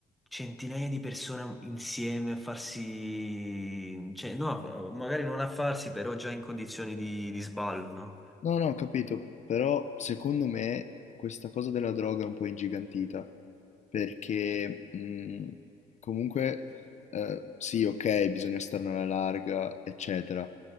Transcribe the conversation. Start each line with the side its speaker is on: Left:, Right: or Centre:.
Centre: centinaia di persone insieme a farsi, cioè no, magari non a farsi, però già in condizioni di, di sballo, no?
Left: No, no, ho capito, però secondo me questa cosa della droga è un po' ingigantita, perché mh, comunque eh, sì, ok, bisogna starne alla larga, eccetera,